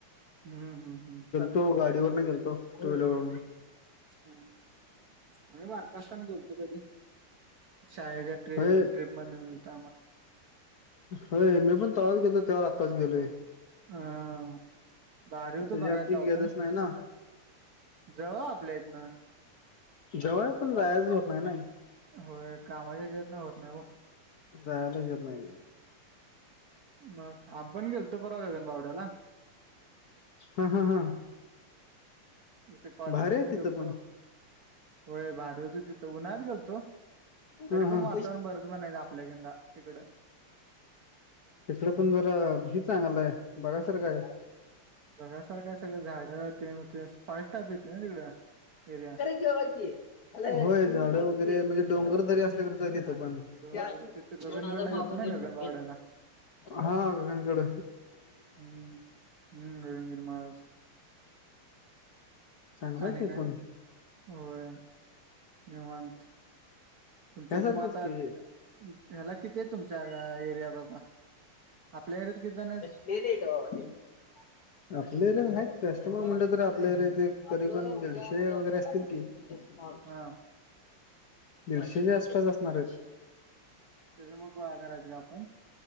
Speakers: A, on the right; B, on the left.
A: हम्म हम्म हम्म
B: तो गाडीवरन गेलतो टू व्हीलर वर्ण
A: हम्म. आम्ही बारका असताना गेलतो कधी शाळेच्या ट्रि
B: <inaudible> व्हय.
A: ट्रिप मधन नेलतं
B: होय मी पण तवाच गेलो त्यावर आत्ताच गेलोय.
A: आम्हाला. अ भारी होतं
B: त्याच्या
A: बघाय
B: आधी
A: तवा
B: गेलच
A: पण
B: नाही ना.
A: जवळ आपल्या इथनं.
B: जवळ पण जायचं होत नाही नाय.
A: होय कामाच्या ह्याच्यातन होत नाही ओ.
B: जायला येत नाही हे‌.
A: मग आपण गेलतो परवा गगनबावड्याला.
B: हा हा हा.
A: इथे कॉलेज
B: भारी
A: माधना
B: आहे तिथं
A: गेलतो
B: पण
A: वय भारी होतो तिथं उन्ह गेलतो तरी
B: हा
A: पण
B: हा
A: वातावरण बरच म्हणायचं आपल्याकेंदा तिकड.
B: तिकड पण जरा हि चांगलं आहे बघासारखं आहे.
A: बघसारखं सगळं झाडं ते ते फॉई सटाप येते ना तिकडं एरिया.
B: होय झाड वगैरे म्हणजे डोंगर दरी असल्यागतच हाय तिथं पण.
A: डोंगर
B: दोनजार
A: तिथं गगनगडला
B: मागून
A: गेलतो ना
B: घेतो
A: गगनबावड्याला
B: हा गगनकड.
A: हम्म हम्म निरंजन महाराज.
B: चांगला
A: आणि
B: आहे ते
A: काय
B: पण
A: होय निवांत. तुमच्या
B: ह्यासारखेच
A: इथं म आता
B: की
A: ह्याला किती आहे तुमच्या एरियात आता आपल्या एरियात किती जण आहेत.
B: <inaudible>
A: <inaudible>
B: आपल्या एरियात आहेत कस्टमर म्हणलं तर आपल्या एरियात एक तरी पण दीडशे वगैरे असतील की. <inaudible>
A: हा
B: दीडशेच्या आसपास असणारेत.
A: त्याच मग गोळा करायचं का आपण